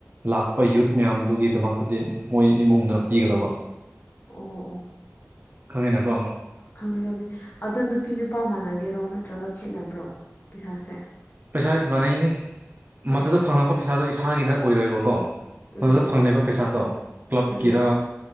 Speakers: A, on the right; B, on the left.
A: ꯂꯥꯛꯄ ꯌꯨꯠ ꯃꯌꯥꯝꯗꯨꯒꯤꯗꯃꯛꯇꯗꯤ ꯃꯣꯏ ꯏꯃꯨꯡꯗ ꯄꯤꯒꯗꯧꯕ
B: ꯑꯣ
A: ꯈꯪꯉꯦꯅꯀꯣ
B: ꯈꯪꯉꯅꯤ ꯑꯗꯨ ꯅꯨꯄꯤ ꯅꯨꯄꯥ ꯃꯥꯟꯅꯒꯦꯔꯣ ꯅꯠꯇ꯭ꯔꯒ ꯈꯦꯠꯅꯕ꯭ꯔꯣ ꯄꯩꯁꯥꯁꯦ
A: ꯄꯩꯁꯥ ꯃꯥꯟꯅꯩꯍꯦ
B: ꯑꯣ
A: ꯃꯗꯨꯗ ꯐꯪꯂꯛꯄ ꯄꯩꯁꯥꯗꯣ ꯏꯁꯥꯒꯤ ꯅꯠ ꯑꯣꯏꯔꯣꯏꯕꯀꯣ ꯃꯗꯨꯗ
B: ꯎꯝ
A: ꯐꯪꯂꯤꯕ ꯄꯩꯁꯥꯗꯣ ꯀ꯭ꯂꯕꯀꯤꯔ
B: ꯎꯝ